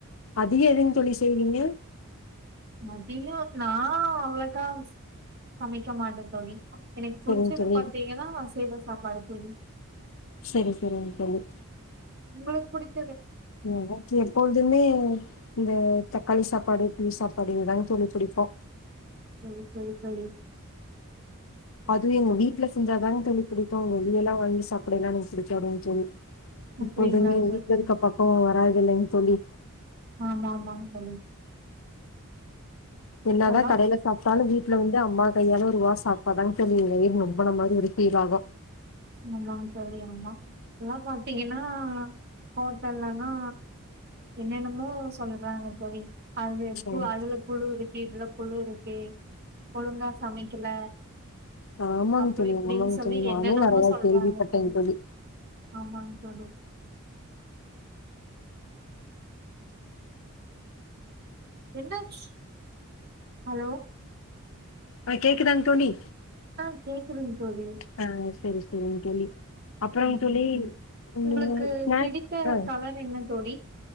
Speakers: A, on the left; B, on the right.
A: அதிக எதுன் தோழி செய்விங்க
B: மதியோ நா அவளக்கா சமைக்க மாட்டே தோழி எனக்கு
A: சரிங்க
B: பிடிச்சது
A: தோழி
B: பாத்தீங்கன்னா அசைவ சாப்பாடுதுன்
A: செரி செரிங் தொழி
B: உங்களுக்கு புடிக்
A: எனக்கு எப்பொழுதுமே இந்த தக்காளி சப்பாடு ளி சாப்பாடுதாங் தொழி புடிப்போ
B: ம் செரி தோழி
A: அது எங்க வீட்ல செஞ்சாதா தொழி பிடிக்கோ வெளிய எல்லா வாங்கி சப்பட எல்லா பிடிகாது தொழி
B: அப்டிங்களா
A: எப்போதுமே
B: தோழி
A: வீட்லருக்க பக்கோ வராதுல்ல தொழி
B: ஆமா ஆமாங் தோழி
A: என்னாதா
B: இப்பல்லா
A: கடைல சாப்ட்டாலு வீட்ல வந்து அம்மா கையால ஒருவா சாப்டாதாங் வயிர் நெம்போ உபன மாரி ஒரு இரிடேஜ் ஆகோ
B: ஆமா தோழி ஆமா எல்லா பாத்தீங்கனா ஹோட்டல்லலா என்னென்னமோ சொல்றாங்க தோழி அது <unintelligible>
A: ம்
B: குழுது இதுல புழு இருக்கு ஒழுங்கா சமக்கல
A: ஆமாங்க
B: அப்டி
A: தோழி
B: இப்டின்னு
A: ஆமாங்க
B: சொல்லி
A: தோழி நானு
B: என்னென்னமோ
A: நெறைய
B: <unintelligible>
A: கேள்விப்பட்டேங்க
B: தொழி
A: தோழி
B: ஆமாங்க தோழி என்ன ஆச்சு ஹலோ
A: ஆ கேக்குதாங்க தோழி
B: ஆ கேக்குதுங் தோழி
A: ஆ செரி செரிங் தோழி அப்புறங்க
B: ம்
A: தோழி
B: ம்
A: ம்
B: உங்ளுக்கு
A: ஸ்நாக்ஸ்
B: பிடித்த
A: ஆ
B: கலர் என்ன தோழி